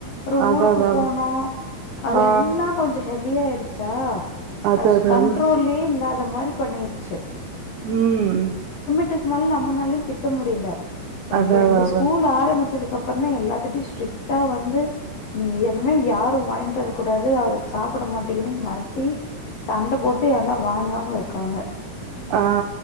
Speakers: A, on the left (about 65°); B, on the right (about 80°).
A: ஒரு
B: அதா
A: ஊருக்கு
B: அதா அதா
A: போனோ அது
B: ஆ
A: எல்லா கொஞ்சோ ஹெவியா ஆய்டுச் ச்சா
B: அது
A: அஸ்
B: அது
A: கண்ட்ரோல்லயே
B: அது
A: இல்லாத மாதிரி பண்ணிருச்சு
B: ம்
A: ட்டுக்கு மேல நம்மளாலயு திட்ட முடில றந்தது
B: அதா அதா
A: இந்த
B: அதா
A: ஸ்கூல் ஆரம்பிச்சதுக்கு அதுக்கப்புறோ தா எல்லாத்திட்டையு ஸ்ட்ரிக்டா வந்து நீங்க என்னிமே யாரும் வாங்கிட்டு வரக்கூடாது அவருக்கு சாப்பிட மாட்டேங்கிதுன்னு மிரட்டி சண்டை போட்டு எல்லா வாங்காம இருக்காங்க
B: ஆ